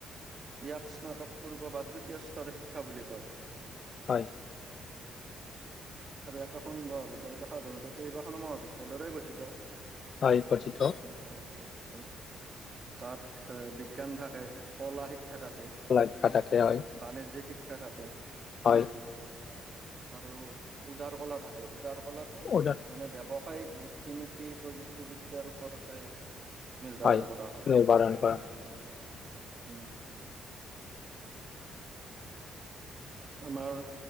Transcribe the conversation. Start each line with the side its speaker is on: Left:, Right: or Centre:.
Right: ইয়াক স্নাতকপূৰ্ব বা তৃতীয় স্তৰৰ শিক্ষা বুলি কয়।
Left: হয়।
Right: আৰু একোখন মহাবিদ্যালয়ত সাধাৰণতে কেইবাখনো মহাবিদ্যালয়ৰে গঠিত।
Left: হয় গঠিত
Right: তেনে <unintelligible> থাকে তাত এ বিজ্ঞান থাকে, কলা শিক্ষা থাকে।
Left: ল কটাতে হয়।
Right: বাণিজ্যিক শিক্ষা থাকে।
Left: হয়।
Right: আৰু উদাৰ কলা থাকে উদাৰ কলাটো।
Left: উদাত।
Right: মানে ব্যৱসায়িক বৃত্তিমুখী প্ৰযুক্তিবিদ্যাৰ ওপৰতে। নিৰ্ধাৰণ
Left: হয়
Right: কৰা হয়
Left: নিৰ্ধাৰণ কৰা
Right: উম। আমাৰ